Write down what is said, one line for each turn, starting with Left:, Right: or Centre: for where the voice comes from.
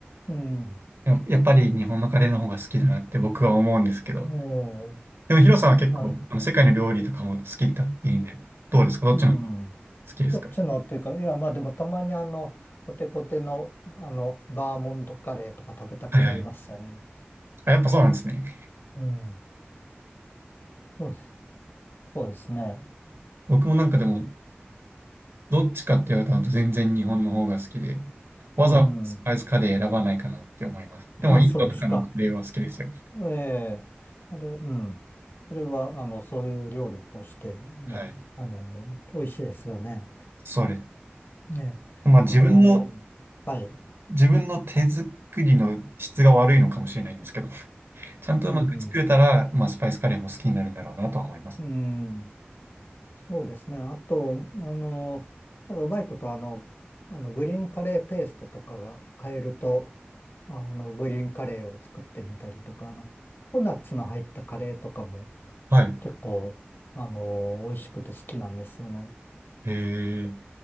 Left: うん
Right: や、やっぱり日本のカレーの方が好きだなって僕は思うんですけど。
Left: え
Right: でもヒロさんは結構あの世界の料理とかも好きだっていうんで、
Left: え、まあ、
Right: どうですかどっちの方が
Left: うん。
Right: 好きですか
Left: どっちのっていうか、いやまあでもたまにあの、コテコテのあの、バーモントカレーとか食べたくなりますよね。
Right: はいはい。あ、やっぱそうなんですね。
Left: うん。そうですそうですね。
Right: 僕もなんかでも
Left: うん。
Right: どっちかって言われたのと全然日本の方が好きで、わざわざスパイスカレー選ばないかなって思います。
Left: うん。
Right: でもインドとかのカレーは好きですよ。
Left: あ、そうですか。ええ、あれ、うん。それは、あの、そういう料理としてね、
Right: はい。
Left: あの、美味しいですよね。
Right: それ。
Left: ね、
Right: まあ自分の、
Left: あの、はい。
Right: 自分の手作りの質が悪いのかもしれないんですけど、<laughs> ちゃんとうまく作れたら、
Left: うん、
Right: まあスパイスカレーも好きになるんだろうなとは思います。
Left: うん、そうですね。あと、あの、なんかうまいこと、あの、あの、グリーンカレーペーストとかが買えると、あの、グリーンカレーを作ってみたりとか、あの、ココナッツの入ったカレーとかも
Right: はい。
Left: 結構、あの、美味しくて好きなんですよね。
Right: えー、